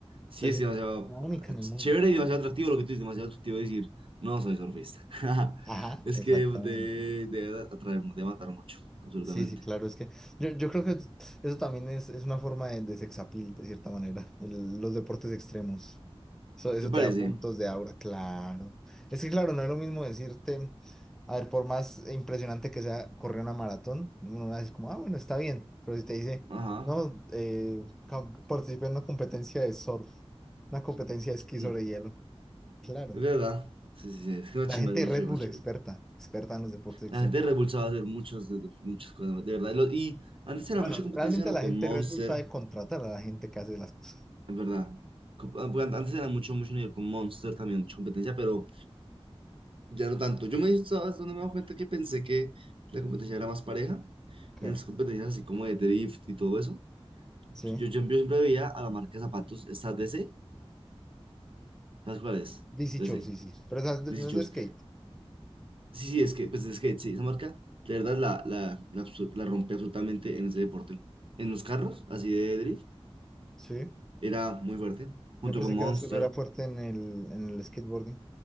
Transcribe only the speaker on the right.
Sí,
es
demasiado
ch-
chévere y demasiado atractivo lo que tú dices, demasiado atractivo decir, no soy surfista. <laughs>
Es
que de, de atraer, de matar mucho, absolutamente.
¿Te parece?
Ajá.
Mm,
Es verdad. Sí, sí, sí. Es que más
chimba,
más
chévere,
más chévere.
La gente de Red Bull sabe hacer muchos, de- de- muchas cosas, de verdad. Y, lo- y antes era
mucha competencia,
¿no?
Con
Monster.
Es verdad. Co- ah, porque an- Antes era mucho, mucho nivel con Monster, también mucha competencia, pero ya no tanto. Yo me di- ¿sabes dónde me he dado cuenta? Que pensé que la competencia era más pareja.
En las competencias así como de drift y todo eso.
Yo, yo, yo siempre veía a la marca de zapatos, esta DC, ¿sabes cuál es?
DC,
DC
Shoes.
Sí, sí, es que, pues es que sí, esa marca, de verdad, la, la, la, absu- la rompe absolutamente en ese deporte. En los carros, así de drift,
era muy fuerte. Junto
con Monster.